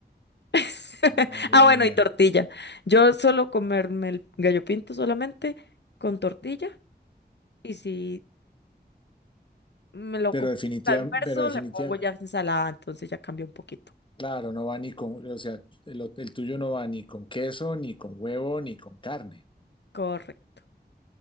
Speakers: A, on the left; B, on the left.
A: <laughs>
B: Madre
A: Ah,
B: mía.
A: bueno, y tortilla. Yo suelo comerme el gallo pinto solamente con tortilla y si me lo
B: Pero
A: como
B: definitiva,
A: al almuerzo
B: pero definitiva.
A: le pongo ya ensalada, entonces ya cambia un poquito.
B: Claro, no va ni con, o sea, el, o- el tuyo no va ni con queso, ni con huevo, ni con carne.
A: Correcto.